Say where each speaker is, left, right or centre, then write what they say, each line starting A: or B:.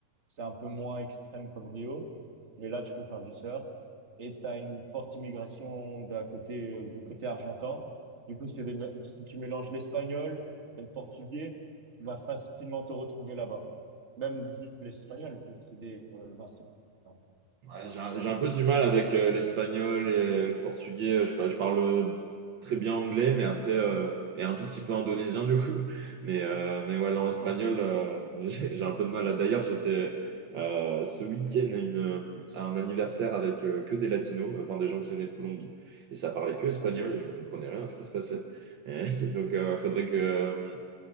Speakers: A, on the right (about 25°); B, on the right (about 65°).
A: C'est un peu moins extrême comme Rio. Mais là, tu peux faire du surf. Et tu as une forte immigration de la côté, euh, du côté argentin. Du coup, c'est des mé- si tu mélanges l'espagnol et le portugais, tu vas facilement te retrouver là-bas. Même juste l'espagnol, vu que c'est des euh, ben, euh,
B: Ouais,
A: l'argentin.
B: j'ai un, j'ai un peu du mal avec euh,
A: Et
B: l'espagnol
A: euh,
B: et euh, le portugais. Je, sais je parle euh, très bien anglais, mais après, euh, et un tout petit peu indonésien du coup. <laughs> Mais, euh, mais ouais, non, espagnol,
A: Ouais,
B: euh, <laughs> j'ai j'ai un peu de mal. D'ailleurs, j'étais euh, ce week-end à, une- euh, à un anniversaire avec euh, que des latinos, euh, enfin des gens qui venaient de Colombie. Et ça parlait que espagnol
A: ok.
B: et je comprenais rien à ce qui se passait. Et <laughs> donc, euh, ouais, faudrait que, euh,